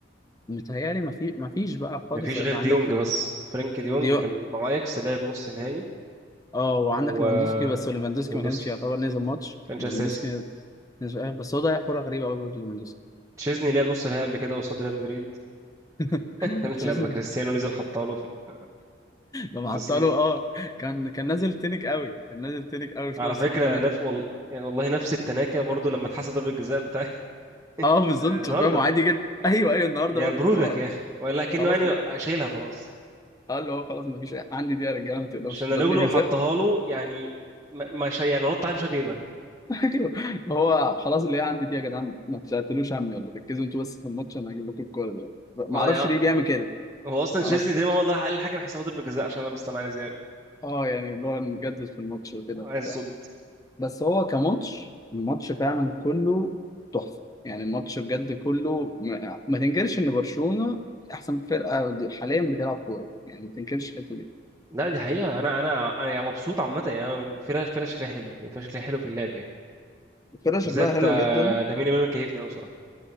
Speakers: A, on the left; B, on the right.
A: متهيألي ما في ما فيش بقى
B: مفيش
A: خالص غير
B: غير ديونج
A: عندك
B: بس فرانك ديونج
A: ديو
B: كان مع اياكس لعب نص نهائي
A: اه وعندك
B: وليفاندوسكي
A: ليفاندوسكي بس ليفاندوسكي ما كانش يعتبر نزل ماتش
B: كانش
A: ليفاندوسكي
B: اساسي
A: نزل آه، بس هو ضيع كوره غريبه قوي برضه ليفاندوسكي
B: تشيزني لعب نص نهائي قبل كده قصاد ريال مدريد
A: <laughs>
B: <laughs>
A: تشيزني
B: لما كريستيانو نزل حطها له في ال
A: لما
B: 90
A: حطها له اه كان كان نازل تنك قوي كان نازل تنك قوي في
B: على
A: نفسه
B: فكره
A: كده ونازل-
B: نف وال... يعني والله نفس التناكه برضو لما اتحسب ضربه الجزاء بتاع
A: اه بالظبط
B: <laughs> النهارده
A: فاهم عادي جدا ايوه ايوه النهارده
B: يا
A: برضه
B: برودك
A: اللي هو
B: يا اخي ولكنه
A: خلاص
B: يعني شايلها خلاص
A: اه اللي هو خلاص ما فيش عندي دي يا رجاله ما تقلقوش
B: عشان لو
A: ضربة جزاء
B: حطها له يعني ما ما شا... يعني نط عليه مش عارف ايه بقى
A: <laughs> ايوه هو خلاص اللي هي عندي دي يا جدعان ما تشتتلوش همي يلا ركزوا انتوا بس في الماتش انا هجيب لكم الكوره دي ما
B: اه
A: اعرفش
B: يعني
A: ليه بيعمل كده
B: هو اصلا
A: ما
B: تشيزني
A: اعرفش
B: تقريبا هو اللي راح قال للحكم حساب ضربه الجزاء عشان انا بس انا عايز يعني
A: اه يعني اللي هو نجدد في الماتش وكده
B: عايز
A: بتاع
B: صد
A: بس هو كماتش الماتش فعلا كله تحفه يعني الماتش بجد كله ما, ما تنكرش ان برشلونه احسن فرقه حاليا بتلعب كوره يعني ما تنكرش الحته دي
B: لا دي حقيقة أنا أنا أنا يعني مبسوط عامة يعني أنا الفرقة الفرقة شكلها حلو الفرقة شكلها حلو في اللعب يعني
A: الفرقه
B: وبالذات
A: شكلها حلو
B: آه،
A: جدا
B: لامين يامال مكيفني قوي بصراحه